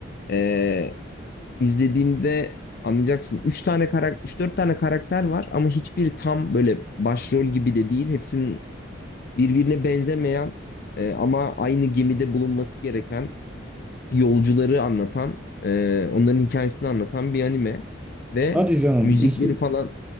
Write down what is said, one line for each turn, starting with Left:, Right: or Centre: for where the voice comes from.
Left: e, izlediğinde anlayacaksın. Üç tane karakter, 3-4 tane karakter var ama hiçbiri tam böyle başrol gibi de değil. Hepsinin birbirine benzemeyen e, ama aynı gemide bulunması gereken yolcuları anlatan, e, onların hikayesini anlatan bir anime ve
Centre: Hadi canım.
Left: müzikleri
Centre: İsmi,
Left: falan